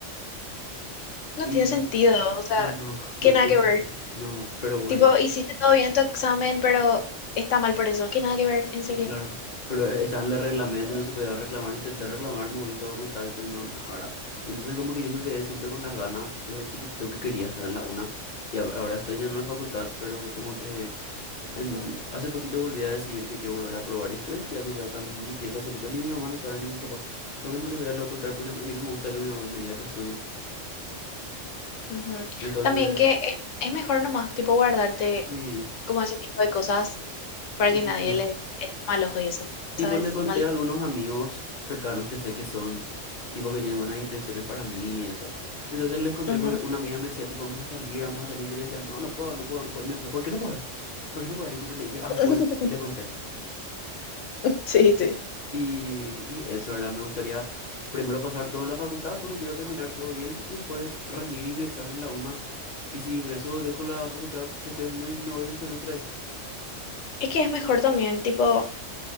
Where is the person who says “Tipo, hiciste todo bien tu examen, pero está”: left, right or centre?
Left